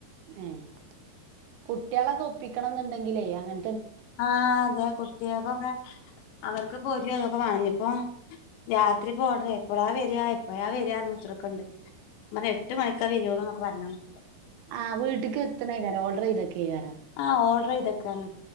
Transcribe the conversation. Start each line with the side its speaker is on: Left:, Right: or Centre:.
Right: ഏഹ് കുട്ട്യളൊക്കെ ഒപ്പിക്കണം ന്ന്ണ്ടെങ്കിലേ അങ്ങൻ
Left: ആ അതെ കുട്ടികക്കൊക്കെ അവർക്ക് പോരി അതൊക്കെ വാണല്ലോ പ്. രാത്രി പോടേ. എപ്പളാ വെരാ എപ്പഴാ വെരാർഞ്ഞ് കുത്ത്ർക്ക്ണ്ട് ഞാപർഞ്ഞ് എട്ട്മണിക്കാ വരൊള്ളൂ ന്നൊക്കെ പറഞ്ഞ്ണ്
Right: ആ വീട്ടക്ക് എത്തണേക്കാരം ഓർഡർ ചെയ്തു കേക്കാരം
Left: ആഹ് ഓർഡർ ചെയ്തേക്കാണ്